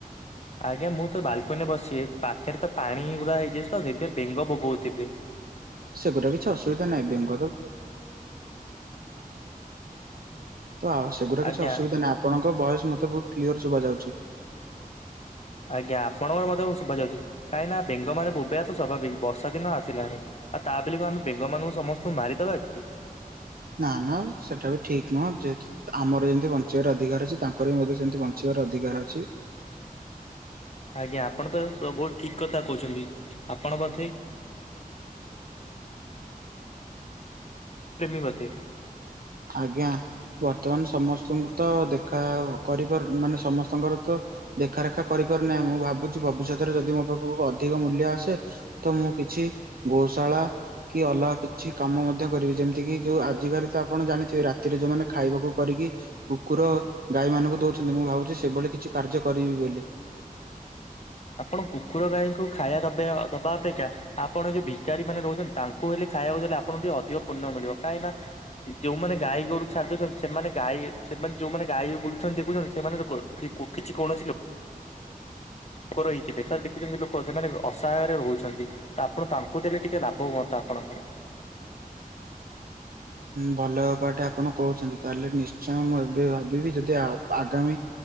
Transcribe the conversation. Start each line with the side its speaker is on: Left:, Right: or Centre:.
Left: ଆଜ୍ଞା ମୁଁ ତ ବାଲକୁନିରେ ବସିିବି ପାଖରେ ତ ପାଣି ଗୁଡା ହେଇଯାଇଛି ତ ସେଇଥି ବେଙ୍ଗ ବୋବାଉଥିବେ।
Right: ସେଗୁଡ଼ା କିଛି ଅସୁବିଧା ନାହିଁ <unintelligible> ତ ସେଗୁଡା କିଛି
Left: ଆଜ୍ଞା
Right: ଅସୁବିଧା ନାହିଁ ଆପଣଙ୍କ ଭୟସ ମତେ ବହୁତ କ୍ଲିୟର ସୁୁବା ଯାଉଛି।
Left: ଆଜ୍ଞା ଆପଣଙ୍କର ମଧ୍ୟ ଶୁଭା ଯାଉଛି କାହିଁକିନା ବେଙ୍ଗ ମାନେ ବୋବେଇବାତ ସ୍ୱାଭାବିକ ବର୍ଷା ଦିନ ଆସିଲାଣି। ଆଉ ତା ବୋଲି ଆମେ ବେଙ୍ଗ ମାନଙ୍କୁ ସମସ୍ତଙ୍କୁ ମାରିଦବା କି?
Right: ନା ନା ସେଇଟା ବି ଠିକ୍ ନୁହଁ ଯେହେତୁ ଆମର ଯେମିତି <unintelligible> ଅଧିକାର ଅଛି ତାଙ୍କର ବି ମଧ୍ୟ ସେମିତି <unintelligible>
Left: ଆଜ୍ଞା ଆପଣ ତ ସ ବହୁତ ଠିକ କଥା କହୁଛନ୍ତି ଆପଣ <unintelligible> <unintelligible>
Right: ଆଜ୍ଞା ବର୍ତ୍ତମାନ ସମସ୍ତଙ୍କୁ ତ ଦେଖା <unintelligible> ଙ୍କର ତ ଦେଖାରେଖା କରିପାରୁନାହିଁ ମୁଁ ଭାବୁଛି ଭବିଷ୍ୟତରେ ଯଦି ମୋ ପାଖକୁ ଅଧିକ ମୂଲ୍ୟ ଆସେ ତ ମୁଁ କିଛି ଗୋଶାଳା କି ଅଲଗା କିଛି କାମ ମଧ୍ୟ କରିବି ଯେମିତି କି ଯୋଉ ଆଜିକାଲି ତ ଆପଣ ଜାଣିଥିବେ ରାତିରେ ଯୋଉମାନେ ଖାଇବାକୁ କରିକି କୁକୁର ଗାଈ ମାନଙ୍କୁ ଦଉଛନ୍ତି ମୁଁ ଭାବୁଛି ସେଭଳି କିଛି କାର୍ଯ୍ୟ କରିବି ବୋଲି।
Left: ଆପଣ କୁକୁର ଗାଈଙ୍କୁ ଖାଇବା ଦେବା ଦବା ଅପେକ୍ଷା ଆପଣ ଯୋଉ ଭିକାରୀ ମାନେ ରହୁଛନ୍ତି ତାଙ୍କୁ ହେଲେ ଖାଇବାକୁ ଗଲେ ଆପଣଙ୍କୁ ଟିକେ ଅଧିକ ପୁଣ୍ୟ ମିଳିବ କାହିଁକି ନା <unintelligible> <unintelligible> ଲୋକ ରହୁଥିବେ ସାର୍ ଦେଖୁଛନ୍ତି ଲୋକ ସେମାନେ ଅସହାୟରେ ରହୁଛନ୍ତି। ଆପଣ ତାଙ୍କୁ ଦେଲେ ଟିକେ ଲାଭ ହୁଅନ୍ତା ଆପଣଙ୍କର।
Right: ଭଲ ଉପାୟଟା ଆପଣ କହୁଛନ୍ତି ତାହେଲେ ନିଶ୍ଚୟ ମୁଁ ଏବେ ଭାବିବି ଯଦି ଆଗାମୀ